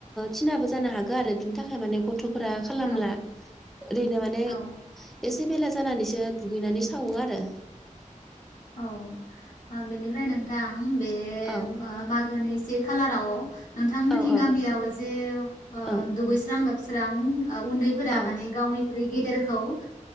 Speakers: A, in the centre; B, on the left.
A: थिनाबो जानो हागौ। आरो बिनि थाखाय माने गथ'फोरा खालामला
B: औ
A: ओरैनो माने
B: औ
A: एसे बेला जानानैसो दुगैनानै सावो आरो
B: औ ओ बेनिफ्राय नोंथां बे
A: औ
B: ओ मागोनि से खालाराव नोंथांमोननि
A: औ औ
B: गामियाव जे ओ
A: औ
B: दुगैस्रां-लोबस्रां उन्दैफोरा
A: औ
B: माने गावनिख्रुइ गेदेरखौ ओ